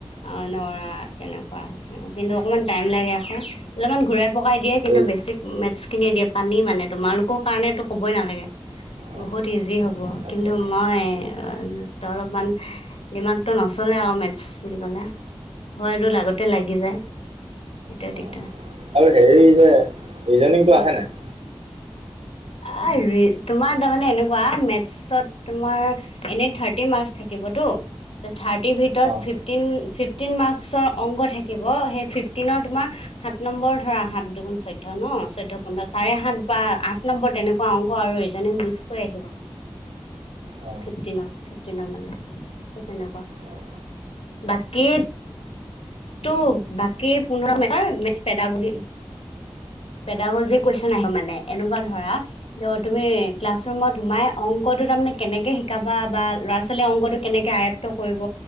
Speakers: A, on the left; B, on the right.
A: অঁ ধৰা তেনেকুৱা কিন্তু অকণমান টাইম লাগে আ অলমান ঘূৰাই পকাই দিয়ে, কিন্তু
B: এই
A: বেছিক মেট খিনি দিয়ে পানী মানে। তোমালোকৰ কাৰণে তো ক'বই নালাগে
B: অঁ
A: বহুত ইজি হ'ব
B: আচ্ছা
A: কিন্ ত্ত মই অ' ত অলপমান দিমাগতটো নচ'লে আও মেথছ বুলি ক'লে। ভয়টো লাগোতে লাগি যায়। সেইটোৱে দিগ
B: অঁ আৰু হেৰি যে ৰিজনিংটো
A: কি
B: আহে নাই?
A: আ ৰি তোমাৰ তামানে এনেকুৱা মেথছত তোমাৰ এনে থাৰ্টি মাৰ্ক্স থাকি ব টো। ত থাৰ্টিৰ ভিতৰত
B: অঁ
A: ফিফটিন, ফিফটিন মাৰ্কচৰ অংক থাকিব সেই ফিফটিনৰ তোমাৰ সাত নম্বৰ ধৰা সাত দুগুন চৈধ্য ন চৈধ্য পোন্ধৰ চাৰে সাত বা আঠ নম্বৰ তেনেকুৱা অংক আৰু ৰিজিনিং মিক্স কৈ আহিব।
B: অঁ অঁ
A: ফিফটিনৰ ফিফটিনৰ মানে সেই তেনেকুৱা।
B: অঁ
A: বাকী টো বাকী পোন্ধৰ number maths pedagogy pedagogy question আহিব মানে এনেকুৱা ধৰা, ত' তুমি ক্লাছ ৰুমত সোমাই অংকটো তাৰ মানে কেনেকে শিকাবা বা ল'ৰা ছোৱালীয়ে অংকতটো কেনেকে আয়ত্ব কৰিব,